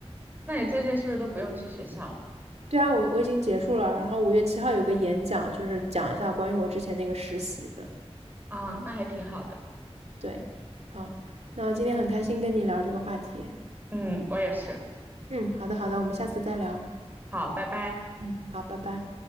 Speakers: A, on the right (about 15°); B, on the right (about 85°).
A: 那你最近是不是都不用去学校了？
B: 对啊，我我已经结束了，然后五月七号有个演讲，就是讲一下关于我之前那个实习的。
A: 啊，那还挺好的。
B: 对，好，那今天很开心跟你聊这个话题。
A: 嗯，我也是。
B: 嗯，好的好的，我们下次再聊。
A: 好，拜拜。
B: 嗯，好，拜拜。